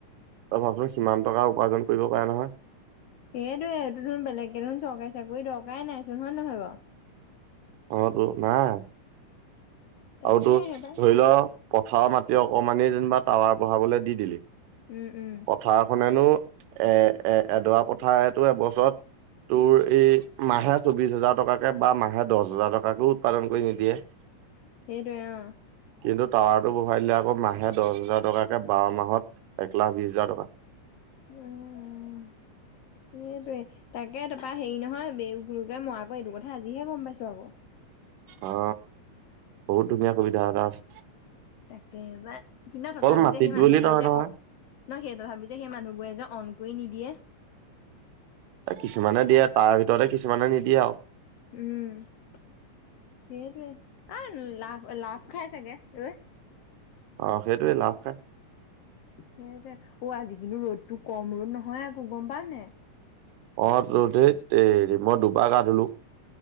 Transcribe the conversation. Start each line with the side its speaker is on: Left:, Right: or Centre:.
Right: তই ভাবচোন কিমান টকা উপাৰ্জন কৰিব পাৰে নহয়।
Left: এইটোয়ে এইটো ধোন বেলেগকে ধৰোন চৰকাৰী চাকৰি দৰকাৰেই নাইচোন হয় নহয় বাৰু।
Right: অ তোৰ নাই
Left: তাকেহে
Right: আৰু তোৰ
Left: পাই
Right: ধৰি ল পথাৰ মাটি অকমানি যেনিবা টাৱাৰ বহাবলে দি দিলি
Left: উম উম
Right: পথাৰ খনেনো এ এ এডৰা পথাৰেতো এবছৰত তোৰ এই মাহে চৌবিছ হাজাৰ টকাকে বা মাহে দহ হাজাৰ টকাকেও উৎপাদন কৰি নিদিয়ে।
Left: সেইটোৱে।
Right: কিন্তু টাৱাৰটো বহাই দিলে আকৌ মাহে দছ হাজাৰ টকাকে বাৰ মাহত একলাখ বিশ হাজাৰ টকা।
Left: উম। সেইটোয়ে তাকে তাৰপৰা হেৰি নহয় গুৰুকে মৰাকৌ এইটো কথা আজিহে গম পাইছো আকৌ
Right: অ বহুত দুুনীয়া কবিতা এটা আছে।
Left: তাকে বায় <unintelligible> তথাপি
Right: মাটিত
Left: যে সেই মানুহবোৰে
Right: বুলি নহয়
Left: যে
Right: নহয়
Left: অ না সেই তথাপি যে সেই মানুহবোৰেজে অন কৰি নিদিয়ে
Right: কিছুমানে দিয়ে তাৰ ভিতৰতে কিছুমানে নিদিয়ে আৰু।
Left: উম, সেইটোৱে আৰু লাভ লাভ খাই চাগে <inaudible>
Right: অ, সেইটোৱে লাভ
Left: সেইতে অ আজি কিন্তু ৰ'দটো কম ৰ'দ নহয় আকৌ গম পাৱ নে
Right: অ, টো ধেত তেৰী মই দুবাৰ গা ধলো